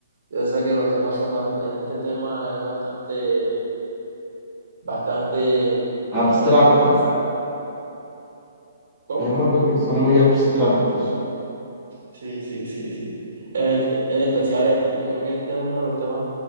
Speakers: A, on the right (about 65°); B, in the centre.
A: yo sé que los temas son, bas- este tema es bastante, bastante, te
B: abstractos.
A: pone bastante a pensar. ¿Cómo?
B: Dejémoslo en que son muy abstractos.
A: Sí, sí, sí, sí. En, en especial este, yo creo que este es uno de los temas